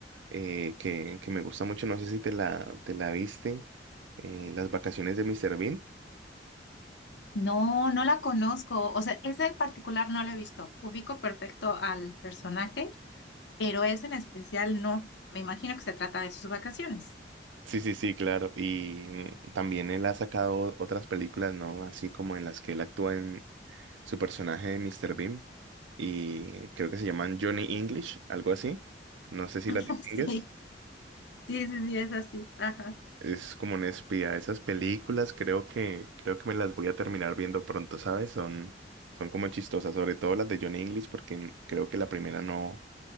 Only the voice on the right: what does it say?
eh, que, que me gusta mucho, no sé si te la, te la viste, eh, Las vacaciones de Mr. Bean.
Sí, sí, sí, claro. Y mm, también él ha sacado otras películas, ¿no? Así como en las que él actúa en su personaje de Mr. Bean. Y creo que se llaman Johnny English, algo así. No sé si
las distingues.
Es como un espía. Esas películas creo que, creo que me las voy a terminar viendo pronto, ¿sabes? Son, son como chistosas, sobre todo las de Johnny English, porque mm, creo que la primera no,